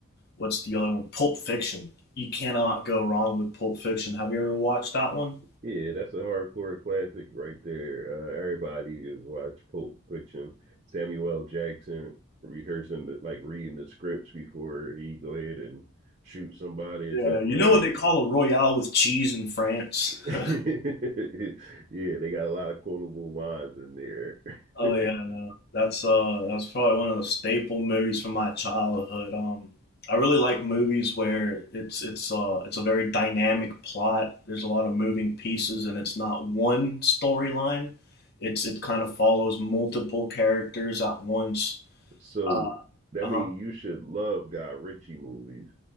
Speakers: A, on the left; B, on the right.
A: what's the other one? Pulp Fiction. You cannot go wrong with Pulp Fiction. Have you ever watched that one?
B: Yeah, that's a hardcore classic right there. Uh, everybody is watch Pulp Fiction. Samuel L. Jackson rehearsing the, like reading the scripts before he go ahead and shoot somebody or
A: Yeah,
B: something
A: you
B: uh,
A: know what
B: like.
A: they call a royale with cheese in France?
B: <laughs> yeah,
A: <laughs>
B: they got a lot of quotable lines in there.
A: Oh
B: <laughs>
A: yeah, no. That's uh that's probably one of the staple movies from my childhood. Um I really like movies where it's it's uh it's a very dynamic plot. There's a lot of moving pieces and it's not one storyline. It's it kind of follows multiple characters at once.
B: So
A: Uh,
B: that
A: uh-huh.
B: means you should love Guy Ritchie movies.